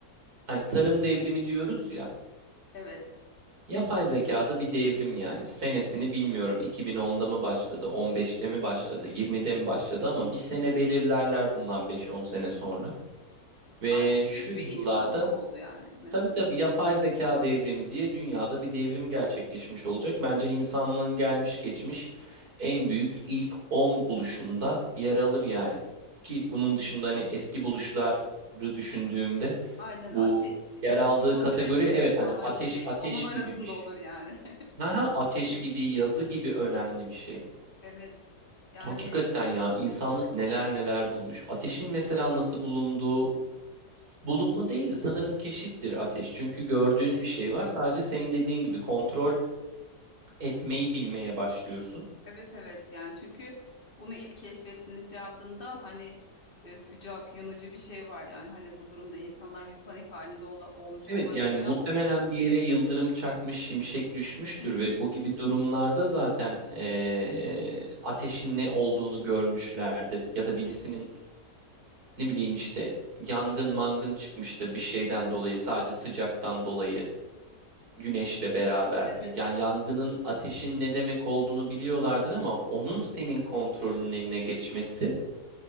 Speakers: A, on the right; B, on the left.
A: hani tarım devrimi diyoruz ya
B: Evet.
A: yapay zekada bir devrim yani senesini bilmiyorum 2010'da mı başladı 15'te mi başladı 20'de mi başladı ama bir sene belirlerler bundan 5-10 sene sonra ve
B: Artık
A: şu
B: büyük
A: yıllarda
B: bir iş kolu da oldu yani mesela.
A: tabii tabii yapay zeka devrimi diye dünyada bir devrim gerçekleşmiş olacak. Bence insanlığın gelmiş geçmiş en büyük ilk 10 buluşunda yer alır yani ki bunun
B: Kesin-
A: dışında hani
B: kesin.
A: eski buluşları düşündüğümde
B: Aynen
A: Bu
B: ateş,
A: yer
B: ateşi
A: aldığı
B: kontrol
A: kategori
B: etmek
A: evet hani
B: falan
A: ateş
B: gibi.
A: ateş
B: Onun arasında
A: gibi bir şey.
B: olur yani.
A: Ha ha
B: <laughs>
A: ateş
B: Kesinlikle.
A: gibi yazı gibi önemli bir şey.
B: Evet. Yani
A: Hakikaten ya insanlık neler neler bulmuş. Ateşin mesela nasıl bulunduğu bulunma değildi sanırım keşiftir ateş. Çünkü gördüğün
B: evet,
A: bir şey var sadece senin dediğin gibi kontrol etmeyi bilmeye başlıyorsun.
B: evet evet yani çünkü bunu ilk keşfettiğinde şey yaptığında hani e, sıcak yanıcı bir şey var yani hani bu durumda insanlar bir panik halinde ola- olmuş
A: Evet
B: olabilir
A: yani muhtemelen
B: ama
A: bir yere yıldırım çakmış, şimşek düşmüştür
B: Hı hı.
A: ve bu gibi durumlarda zaten eee, ateşin ne olduğunu görmüşlerdir ya da birisinin ne bileyim işte yangın mangın çıkmıştır bir şeyden dolayı sadece sıcaktan dolayı güneşle beraber
B: evet
A: yani yangının ateşin ne demek olduğunu biliyorlardır ama onun senin kontrolünün eline geçmesi